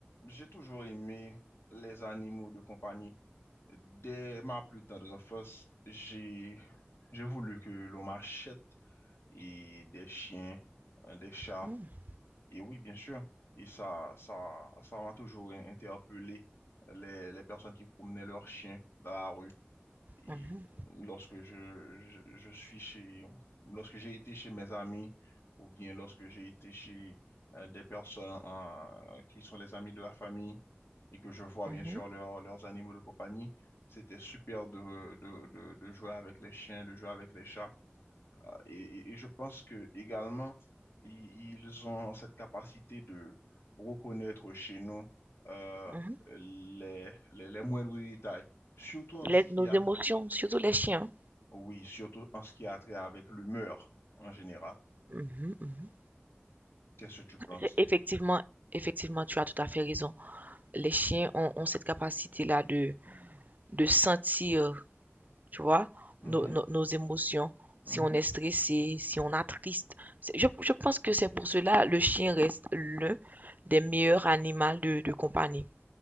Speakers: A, on the left (about 80°); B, on the right (about 45°).
A: J'ai toujours aimé les animaux de compagnie. Dès ma plus tendre enfance, j'ai j'ai voulu que l'on m'achète et des chiens, euh, des chats,
B: Mmh.
A: et oui, bien sûr. Et ça, ça, ça m'a toujours interpellé les, les personnes qui promenaient leurs chiens dans la rue. Et
B: Mmh mh.
A: lorsque je, je, je suis chez, lorsque j'ai été chez mes amis ou bien lorsque j'ai été chez euh, des personnes euh, qui sont les amis de la famille et que je vois
B: Mmh
A: bien sûr leurs leurs animaux de compagnie, c'était super de, de, de, de jouer avec les chiens, de jouer avec les chats. Euh, Et, et et je pense que également, i- ils ont cette capacité de reconnaître chez nous euh,
B: Mmh
A: les, les, les moindres détails surtout en
B: Les
A: ce qui
B: nos
A: a
B: émotions, surtout les chiens.
A: oui, surtout en ce qui a trait avec l'humeur en général.
B: Mmh mh. Mmh
A: Qu'est-ce que tu penses?
B: C'est effectivement effectivement, tu as tout à fait raison. Les chiens ont ont cette capacité-là de de sentir, tu vois,
A: Mhm,
B: nos nos nos émotions, si
A: mhm,
B: on est stressé, si on a triste. C'est je je pense que c'est pour cela le chien reste l'un des meilleurs animaux de de compagnie.